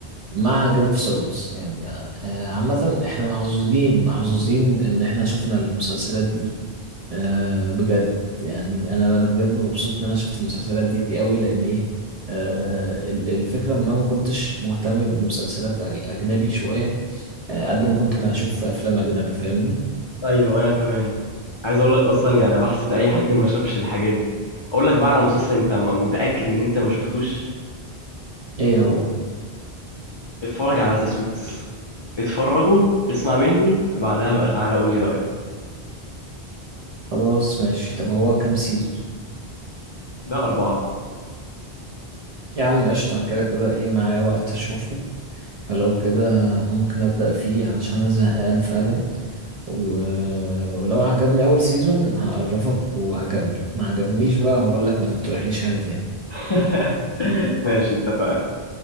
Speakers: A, on the right; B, on the left.
A: مع جيم اوف ثرونز يعني آه، آه، عامة احنا محظوظين محظوظين ان احنا شفنا المسلسلات دي آه، بجد يعني انا انا بجد مبسوط ان انا شفت المسلسلات دي قوي لان ايه آه، ال- الفكرة ان انا ما كنتش مهتم بالمسلسلات الاجنبي شوية آه، قد ما كنت بشوف افلام اجنبي فاهمني
B: ايوه وانا كمان عايز اقول لك اصلا يعني أنا بحسد اي حد ما شافش الحاجات دي اقول لك بقى على مسلسل انت م- متاكد ان انت ما شفتوش
A: ايه هو
B: اتفرج على ذا سوتس اتفرجوا اسمع مني بعدها بقى تعالى قول لي رايك
A: خلاص ماشي طب هو كام سيزون
B: ده اربعه
A: يا عم قشطة انا كده كده ايه معايا وقت اشوفه فلو كده ممكن ابدأ فيه علشان انا زهقان فعلا و... ولو عجبني اول سيزون هعرفك وهكمل ما عجبنيش بقى هقول لك ما تقترحليش حاجة تاني
B: <laughs> ماشي اتفقنا